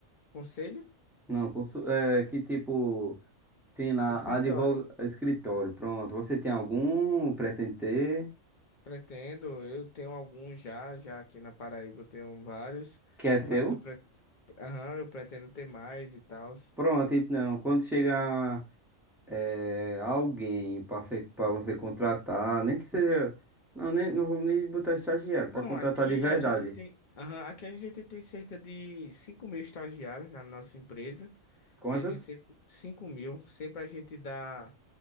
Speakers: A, on the left; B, in the centre.
A: conselho?
B: Não, consu- é que tipo tem lá
A: Escritório.
B: advogado escritório, pronto. Você tem algum? Pretende ter?
A: Pretendo, eu tenho alguns já, já aqui na Paraíba eu tenho vários,
B: Que é seu?
A: mas eu, pre... Aham, eu pretendo ter mais e tal.
B: Pronto, então, quando chegar é, alguém para você contratar, nem que seja. Não, nem, não vou nem botar estagiário,
A: Não,
B: para contratar
A: aqui
B: de verdade.
A: a gente tem, aham, aqui a gente tem cerca de 5 mil estagiários na nossa empresa
B: Quantas?
A: e a gente sempre, 5 mil, sempre a gente dá